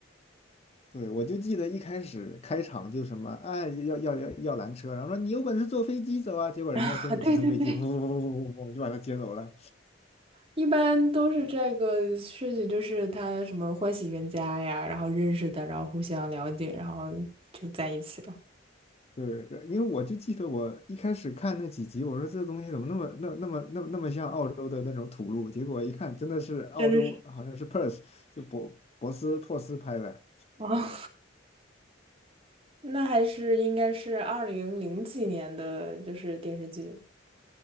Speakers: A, on the left; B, on the right.
A: 对我就记得一开始开场就什么哎要要要要拦车，然后说你有本事坐飞机走啊，结果人家真的直升飞机噗噗噗噗噗噗就把他接走了
B: 啊，对对对。一般都是这个事情，就是他什么欢喜冤家呀，然后认识的，然后互相了解，然后就在一起了。
A: 对，因为我就记得我一开始看那几集，我说这东西怎么那么那那么那么那么像澳洲的那种土路，结果一看真的是澳洲，
B: 真的是
A: 好像是 Perth，就博博斯珀斯拍的，
B: 哦，<laughs> 那还是应该是二零零几年的，就是电视剧。